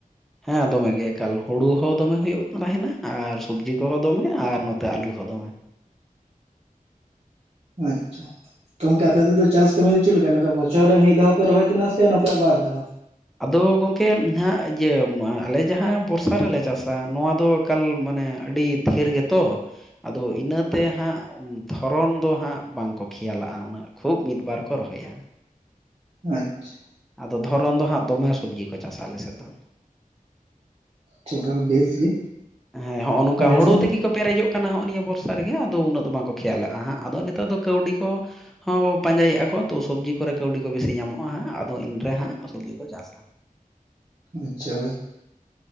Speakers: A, in the centre; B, on the right.
A: ᱦᱮᱸ ᱫᱚᱢᱮ ᱜᱮ ᱮᱠᱟᱞ᱾ ᱦᱩᱲᱩ ᱦᱚᱸ ᱫᱚᱢᱮ ᱦᱩᱭᱩᱜ ᱛᱟᱦᱮᱱᱟ ᱟᱨ ᱥᱚᱵᱽᱡᱤ ᱠᱚᱦᱚᱸ ᱫᱚᱢᱮ ᱟᱨ ᱱᱚᱛᱮ ᱟᱞᱩ ᱦᱚᱸ ᱫᱚᱢᱮ᱾
B: ᱟᱪᱪᱷᱟ᱾ ᱛᱚ ᱜᱚᱝᱠᱮ ᱟᱯᱮᱥᱮᱫ ᱫᱚ ᱪᱟᱥ ᱠᱟᱹᱢᱤ ᱫᱚ ᱪᱮᱫᱞᱮᱠᱟ, ᱱᱚᱝᱠᱟ ᱵᱚᱪᱷᱚᱨ ᱨᱮ ᱢᱤᱫ ᱫᱷᱟᱣ ᱯᱮ ᱨᱚᱦᱚᱭ ᱛᱟᱦᱮᱱᱟ ᱥᱮ ᱱᱚᱝᱠᱟ ᱵᱟᱨ ᱫᱷᱟᱣ?
A: ᱟᱫᱚ ᱜᱚᱢᱠᱮ ᱱᱟᱦᱟᱜ ᱤᱭᱟᱹ ᱟᱞᱮ ᱡᱟᱦᱟᱸ ᱵᱚᱨᱥᱟ ᱨᱮᱞᱮ ᱪᱟᱥᱟ᱾ ᱱᱚᱣᱟ ᱫᱚ ᱮᱠᱟᱞ ᱢᱟᱱᱮ ᱟᱹᱰᱤ ᱰᱷᱮᱨ ᱜᱮᱛᱚ᱾ ᱟᱫᱚ ᱤᱱᱟᱹᱛᱮ ᱦᱟᱸᱜ ᱫᱷᱚᱨᱚᱱ ᱫᱚ ᱦᱟᱸᱜ ᱵᱟᱝᱠᱚ ᱠᱷᱮᱭᱟᱞᱟᱜ-ᱟ ᱩᱱᱟᱹᱜ᱾ ᱠᱷᱩᱵ ᱢᱤᱫ ᱵᱟᱨ ᱠᱚ ᱨᱚᱦᱚᱭᱟ᱾
B: ᱟᱪᱪᱷᱟ᱾
A: ᱟᱫᱚ ᱫᱷᱚᱨᱚᱱ ᱫᱚ ᱦᱟᱸᱜ ᱫᱚᱢᱮ ᱥᱚᱵᱽᱡᱤ ᱠᱚ ᱪᱟᱥᱟ ᱟᱞᱮ ᱥᱮᱫ ᱫᱚ᱾
B: <unintelligible> ᱵᱮᱥ ᱜᱮ᱾
A: ᱦᱮᱸ ᱦᱚᱸᱜ-ᱚ ᱱᱚᱝᱠᱟ
B: ᱟᱞᱮ
A: ᱦᱳᱲᱳ
B: ᱥᱮᱱ
A: ᱛᱮᱠᱤ ᱠᱚ ᱯᱮᱨᱮᱡᱚᱜ ᱠᱟᱱᱟ ᱦᱚᱸᱜ-ᱚ ᱱᱤᱭᱟᱹ ᱵᱚᱨᱥᱟ ᱨᱮᱜᱮ ᱟᱫᱚ ᱩᱱᱟᱹᱜ ᱫᱚ ᱵᱟᱝᱠᱚ ᱠᱷᱮᱭᱟᱞᱟᱜ-ᱟ ᱦᱟᱸᱜ᱾ ᱟᱫᱚ ᱱᱮᱛᱟᱨ ᱫᱚ ᱠᱟᱹᱣᱰᱤ ᱠᱚ ᱦᱚᱸ ᱠᱚ ᱯᱟᱸᱡᱟᱭᱮᱫ-ᱟ ᱠᱚ᱾ ᱛᱚ ᱥᱚᱵᱽᱡᱤ ᱠᱚᱨᱮ ᱠᱟᱹᱣᱰᱤ ᱠᱚ ᱵᱤᱥᱤ ᱧᱟᱢᱚᱜ-ᱟ ᱦᱟᱸᱜ ᱟᱫᱚ ᱤᱱᱨᱮ ᱦᱟᱸᱜ ᱥᱚᱵᱡᱤ ᱠᱚ ᱪᱟᱥᱟ᱾
B: ᱟᱪᱪᱷᱟ ᱦᱳᱭ᱾